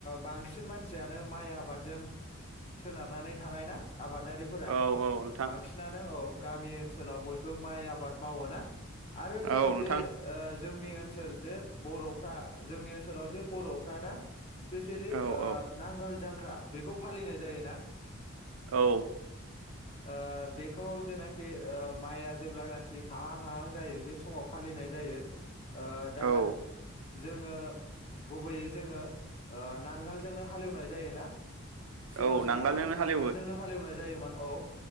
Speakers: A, on the left; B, on the right.
A: बांसिन मान मानसियानो माइ आबादजों सोनारनानै थानाय ना आबादारिफोरा
B: औ औ नोंथां
A: बांसिनानो औ गामि ओनसोलाव बयबो माइ आबाद मावोना आरो जोङो
B: औ नोंथां
A: बे ओ जोंनि ओनसोल जे बर'फ्रा जोंनि ओनसोलाव जे बर'फ्रा दा स्पेसियेलि
B: औ
A: ओ
B: औ
A: नांगाल जां ख्रा बेखौ फालिनाय जायोना
B: औ
A: ओ बेखौ जेनाखि ओ माइआ जेब्लानाखि हाहां हाहां जायो बे समाव फालिनाय जायो ओ दा
B: औ
A: जोङो गुबैयै जोङो ओ नांगोलजोंनो हालेवनाय जायोना? सिगां
B: औ
A: समावहाय
B: नांगोलजोंनो हालेवो
A: नांगोलजोंनो हालेवनाय जायोमोन औ ओ